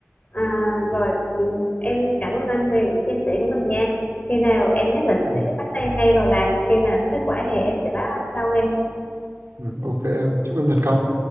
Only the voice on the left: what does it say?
À, rồi ừ, em cảm ơn anh về những chia sẻ của mình nha. Khi nào em nhất định
sẽ bắt tay ngay vào làm, khi mà có kết quả thì em sẽ báo anh sau nghe.